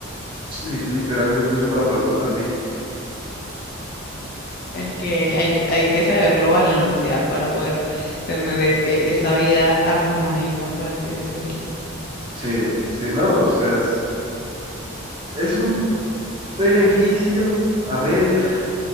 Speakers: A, on the right (about 25°); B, on the left (about 45°).
A: Sí, literalmente yo me la paso así.
B: Es que hay, que hay que saberlo balancear para poder tener e- e- esa vida armónica, por así decirlo.
A: Sí, sí, no, o sea, es, es un beneficio a media.